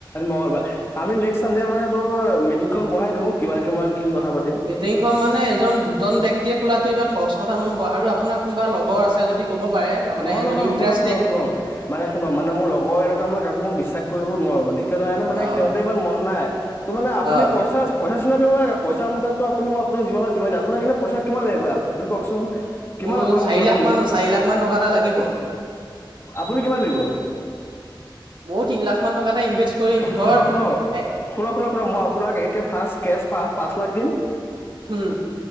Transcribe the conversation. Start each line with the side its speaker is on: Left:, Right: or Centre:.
Left: মঙগলবাৰ আমি নেক্সট চানডে মানে তো মিটিংখন বঢ়াই দিওঁ কিবা কিমান কি কথা পাতিম
Right: মিটিংখন মানে এজন দুজন ব্যক্তিয়ে খোলটো ইমান সহজ কথা নহ'ব আৰু আপোনাৰ কোনোবা লগৰ আছে যদি ক'ব পাৰে তাৰমানে
Left: নহয় নহয়
Right: যদি ইণ্টাৰেষ্টেড
Left: শুনক শুনক শুনক মানে শুনক মানে মোৰ লগৰ এনেকুৱা মানে কাকো মই বিশ্বাস কৰিব নোৱাৰো মানে। কি মানে
Right: অ'
Left: সিহঁতে ইমান মন নাই। ত মানে আপুনি
Right: অ'
Left: পইচা পা লাগ পইচা মুতাটো আপুনিই আপোন যিমান হয় যিমান দিম আপোনাক এনে পইচা কিমান লাগিব? আপুনি কওকচোন? কিমান
Right: মোৰ
Left: আপোনাৰ
Right: চাৰি
Left: মানে
Right: লাখ মান চাৰি লাখ মান কা এটা লাগিব!
Left: আপুনি কিমান দিব
Right: ময় তিনি লাখ মান টকা এটা ইনভেষ্ট কৰিম ধৰ
Left: শুনক শুনক
Right: এ
Left: শুনক শুনক শুনক মই আপোনাক একে ফাৰ্ষ্ট কেচ পা পাঁচ লাখ দিম।
Right: হম।